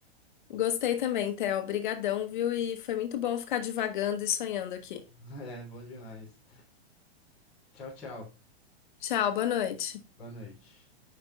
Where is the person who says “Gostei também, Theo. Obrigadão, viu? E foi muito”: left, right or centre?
Left